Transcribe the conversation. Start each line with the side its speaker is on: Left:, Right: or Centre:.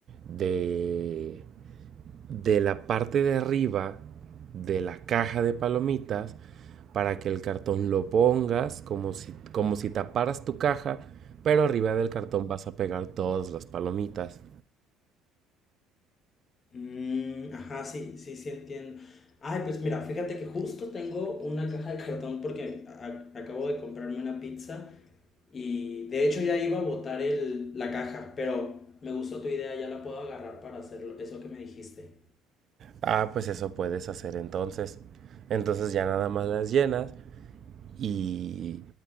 Right: de de la parte de arriba de la caja de palomitas para que el cartón lo pongas como si, como si taparas tu caja, pero arriba del cartón vas a pegar todas las palomitas.
Left: Mm, ajá, sí, sí, sí entiendo. Ay, pues mira, fíjate que justo tengo una caja de cartón porque a- acabo de comprarme una pizza y de hecho ya iba a botar el, la caja, pero me gustó tu idea, ya la puedo agarrar para hacer eso que me dijiste.
Right: Ah, pues eso puedes hacer entonces. Entonces ya nada más las llenas y